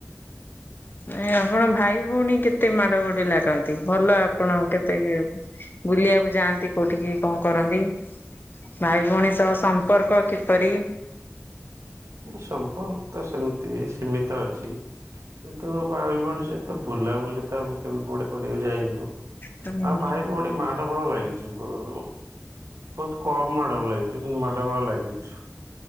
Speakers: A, on the left; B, on the right.
A: ନାଇଁ, ଆପଣ ଭାଇ-ଭଉଣୀ କେତେ ମାଡ଼ ଗୋଡ଼ି ଲାଗନ୍ତି, ଭଲ ଆପଣ କେତେ ବୁଲିବାକୁ ଯାଆନ୍ତି କୋଉଠିକି, କଣ କରନ୍ତି? ଭାଇ ଭଉଣୀ ସହ ସମ୍ପର୍କ କିପରି?
B: ସମ୍ପର୍କ ତ ସେମିତି ସୀମିତ ଅଛି। କିନ୍ତୁ ଭାଇ-ଭଉଣୀ ସହିତ ବୁଲାବୁଲି, ତ ଆମେ କେବେ କୁଆଡେ କରିବାକୁ ଯାଇନୁ।
A: ହୁଁ।
B: ହଁ, ଭାଇ-ଭଉଣୀ ମାଡ଼ ଗୋଳ ଲାଗିଛୁ ପ୍ରବଳ। ବହୁତ କମ୍ ମାଡ଼ଗୋଳ ଲାଗିଛୁ, କିନ୍ତୁ ମାଡ଼ଗୋଳ ଲାଗିଛୁ।